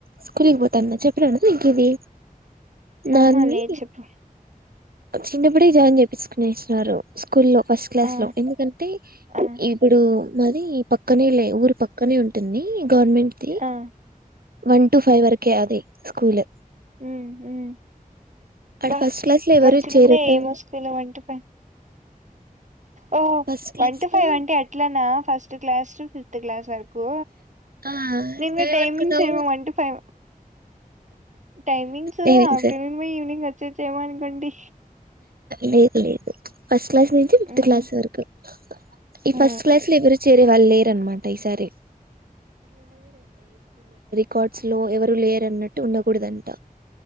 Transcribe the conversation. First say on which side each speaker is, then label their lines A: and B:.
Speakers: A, on the right; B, on the right.
A: స్కూల్కి పోంది. తన్న చెప్పిననా నికిది. నన్ని
B: ఆహా లేదు చెప్పు
A: చిన్నప్పుడే జాయిన్ చేయికునేస్తునన్నారు. స్కూల్ లో ఫస్ట్ క్లాస్
B: ఆ
A: లో ఎందుకంటే
B: ఆ
A: ఇప్పుడు మాది పక్కనే లే ఊరు పక్కనే ఉంటుంది. గవర్మెంట్ ది
B: ఆ
A: వన్టు ఫైవ్ వర్కు కే అది స్కూల్
B: ఉమ్ ఉం
A: అడ
B: బా
A: ఫస్ట్ క్లాస్ లో ఎవరు
B: మంచిద
A: చేరటం
B: ఏమోసుకోలో వంట ఫై ఓహో
A: first class
B: one to five
A: లో
B: వంటే అట్లానా, ఫస్ట్ క్లాస్ ఫిఫ్త్ క్లాస్ వరకు
A: ఆ
B: నేనుగా
A: నువ్వేమనుకున్నావు
B: టైమింగ్స్ ఏమో one two five timings
A: diving
B: afternoon evening వచ్చేసి ఏం అనుకుంటి
A: లేదు లేదు. ఫస్ట్ క్లాస్ నుంచి ఫిఫ్త్
B: మ్మ్
A: క్లాస్ వరకు ఈ
B: ఆ
A: ఫస్ట్ క్లాస్ లో ఎవరు చేరే వాళ్ళు లేరు. అన్నమాట ఈ సారి కార్ట్స్ లో ఎవరు లేరున్నట్టు ఉండకూడదంట.